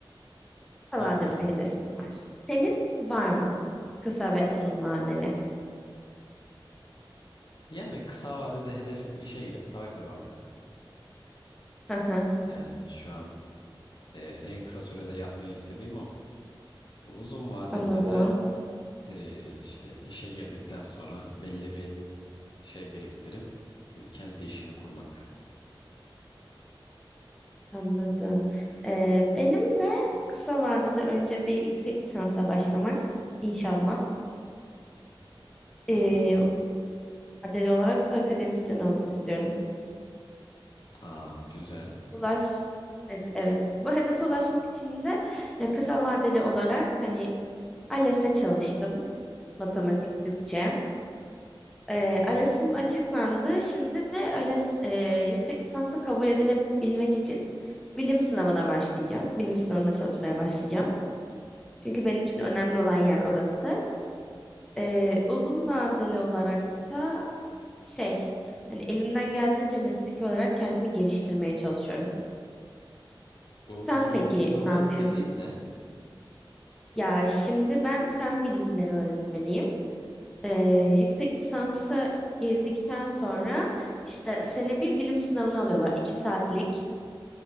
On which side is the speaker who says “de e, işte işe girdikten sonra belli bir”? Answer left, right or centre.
Left